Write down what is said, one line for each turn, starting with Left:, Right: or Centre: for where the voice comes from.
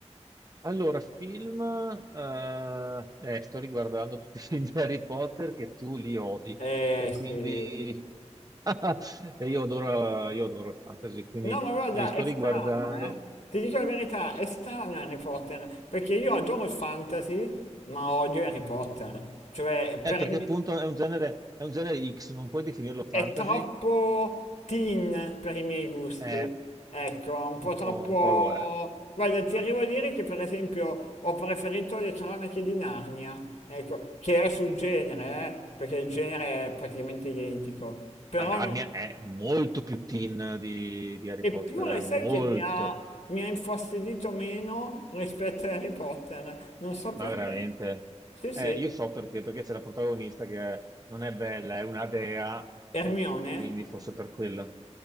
Right: Allora, film, eh, eh, sto riguardando tutti i film di Harry Potter che tu li odi
Left: Eh
Right: e quindi
Left: sì.
Right: <laughs> e io adoro, io adoro il fantasy, quindi
Left: No, ma guarda,
Right: me li sto
Left: è strano,
Right: riguardando.
Left: eh. Ti dico la verità, è strano Harry Potter, perché io adoro il fantasy, ma odio Harry Potter. Cioè,
Right: Eh,
Left: per
Right: perché
Left: i-
Right: appunto è un genere, è un genere X, non puoi definirlo fantasy,
Left: è troppo teen per i miei gusti.
Right: è
Left: Ecco, un po'
Right: un
Left: troppo...
Right: po', un po' lo è.
Left: Guarda, ti arrivo a dire che per esempio ho preferito le cronache di Narnia, ecco, che è sul genere, eh, perché il genere è praticamente identico. Però
Right: Ma Narnia
Left: non-
Right: è molto più teen di, di Harry
Left: Eppure
Right: Potter, eh,
Left: sai
Right: molto.
Left: che mi ha, mi ha infastidito meno rispetto a Harry Potter, non so perché.
Right: Ma veramente?
Left: Sì, sì,
Right: Eh, io so perché, perché c'è la protagonista che è- non è bella, è una dea,
Left: Hermione,
Right: e, e quindi forse per quello.